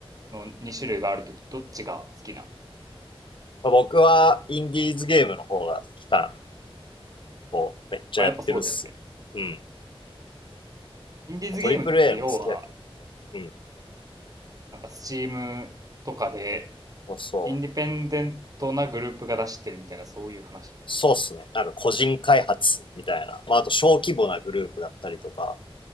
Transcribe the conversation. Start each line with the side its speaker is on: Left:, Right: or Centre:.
Right: の2種類があるとき、どっちが好きな
Left: まあ僕は、インディーズゲームの方が期た、こう、めっちゃやってるっす。
Right: まあやっぱそうだよね。
Left: うん。
Right: インディーズゲームって要は、
Left: まあトリプル A の好きだけど。うん。
Right: なんかスチームとかで、
Left: そうそう。
Right: インディペンデントなグループが出してるみたいな、そういう話。
Left: そうっすね。なんか個人開発みたいな。まあ、あと小規模なグループだったりとか、